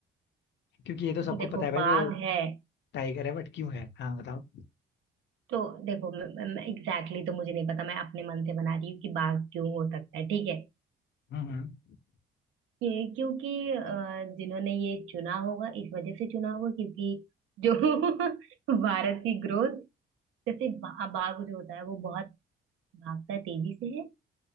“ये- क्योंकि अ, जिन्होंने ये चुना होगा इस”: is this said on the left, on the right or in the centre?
Right